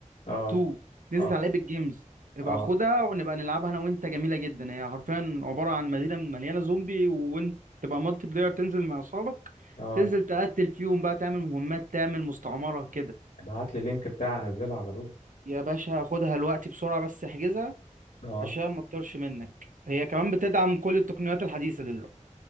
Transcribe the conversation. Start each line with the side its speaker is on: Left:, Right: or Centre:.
Left: اه
Right: 2 نزلت
Left: اه
Right: على ايبك جيمز ابقى
Left: اه
Right: خدها ونبقى نلعبها انا وانت جميله جدا هي حرفيا عباره عن مدينه مليانه زومبي وانت تبقى مالتي بلاير تنزل مع اصحابك
Left: اه
Right: تنزل تقتل فيهم بقى تعمل مهمات تعمل مستعمره كده
Left: ابعت لي اللينك بتاعي انزلها على طول
Right: يا باشا خدها الوقت بسرعة بس احجزها
Left: اه
Right: عشان ما تطرش منك هي كمان بتدعم كل التقنيات الحديثة دلوقتي